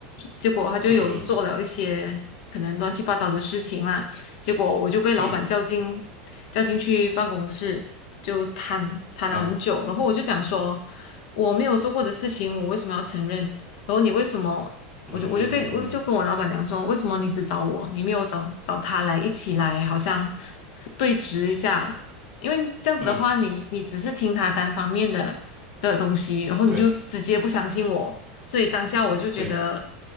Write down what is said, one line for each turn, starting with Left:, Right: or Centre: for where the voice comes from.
Left: 结果他就有做了一些可能乱七八糟的事情啦，
Centre: 嗯嗯
Left: 结果我就被老板叫进叫进去办公室。
Centre: 嗯
Left: 就谈谈了很久，
Centre: 啊
Left: 然后我就讲说我没有做过的事情，我为什么要承认？然后你为什么？
Centre: 嗯
Left: 我就我就对我就跟我老板讲说，为什么你只找我，你没有找找他来一起来，好像对峙一下？因为这样子的话，
Centre: 嗯，
Left: 你你只是听他单方面的的东西，然后你就直接不相信我，
Centre: 对
Left: 所以当下我就觉得，
Centre: 对